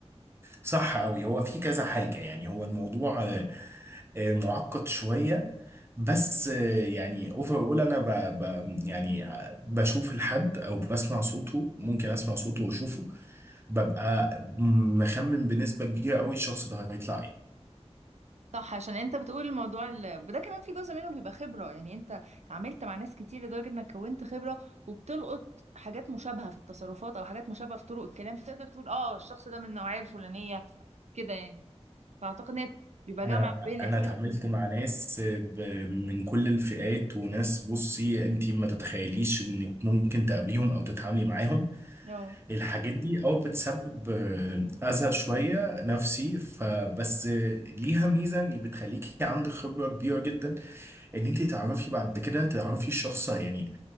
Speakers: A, on the right (about 20°); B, on the right (about 85°).
A: صح قوي هو في كذا حاجة يعني هو الموضوع آه، آه، معقد شوية بس آه، يعني اوفر اول انا ب ب يعني آه، بشوف الحد او بسمع صوته ممكن اسمع صوته واشوفه ببقى مخمن بنسبة كبيرة قوي الشخص ده هيطلع ايه
B: صح عشان انت بتقول الموضوع ال... ده كمان في جزء منه بيبقى خبرة يعني انت اتعاملت مع ناس كتير لدرجة انك كونت خبرة وبتلقط حاجات مشابهة في التصرفات او حاجات مشابهة في طرق الكلام فتقدر تقول اه الشخص ده من النوعية الفلانية كده يعني فاعتقد ان هي بيبقى
A: انا
B: جمع بين الاحساس
A: انا اتعاملت
B: بال
A: مع ناس ب- من كل الفئات وناس بصي انت ما تتخيليش انك ممكن تقابليهم او تتعاملي معاهم
B: اه
A: الحاجات دي او بتسبب آه، اذى شويه نفسي فبس آه، ليها ميزه ان بتخليكي عندك خبره كبيره جدا ان انت تعرفي بعد كده تعرفي الشخص يعني